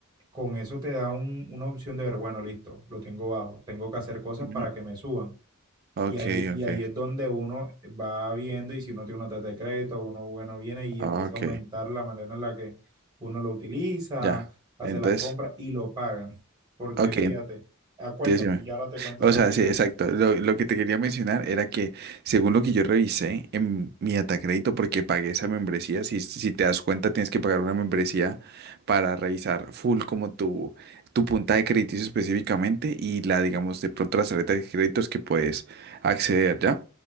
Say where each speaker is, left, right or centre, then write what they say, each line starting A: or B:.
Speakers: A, on the right; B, on the right.
A: con eso te da un- una opción de ver, bueno, listo, lo tengo bajo, tengo que hacer cosas
B: Ujú.
A: para que me suban.
B: Ok,
A: Y ahí, y
B: ok,
A: ahí es donde uno va viendo y si uno tiene una tarjeta de crédito, uno bueno viene y
B: ok,
A: empieza a aumentar la manera en la que uno lo utiliza,
B: ya.
A: hace
B: Entonces,
A: las compras y lo pagan. Porque
B: ok,
A: fíjate, ah, cuéntame,
B: decime.
A: y ahora te cuento
B: O
A: otra
B: sea,
A: cosita.
B: sí, exacto. Lo, lo que te quería mencionar era que, según lo que yo revisé en mi Atacrédito, porque pagué esa membresía, si, si te das cuenta, tienes que pagar una membresía para revisar full como tu, tu punta de créditos específicamente y la, digamos, de pronto las tarjetas de créditos que puedes acceder, ¿ya?